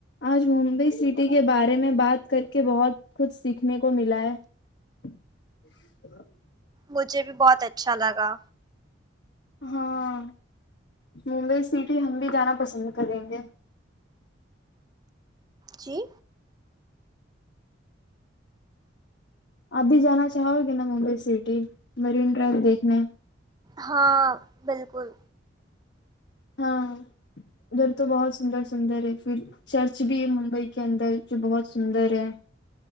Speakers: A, on the left; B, on the right.
A: آج ممبئی سٹی کے بارے میں بات کر کے بہت کچھ سیکھنے کو ملا ہے <inaudible>
B: مجھے بھی بہت اچھا لگا
A: ہاں ممبئی سٹی ہم بھی جانا پسند کریں گے
B: جی
A: آپ بھی جانا چاہو گے نا ممبئی سٹی مرین ٹریک دیکھنے
B: ہاں بالکل
A: ہاں ادھر تو بہت سندر سندر ہے پھر چرچ بھی ہے ممبئی کے اندر جو بہت سندر ہے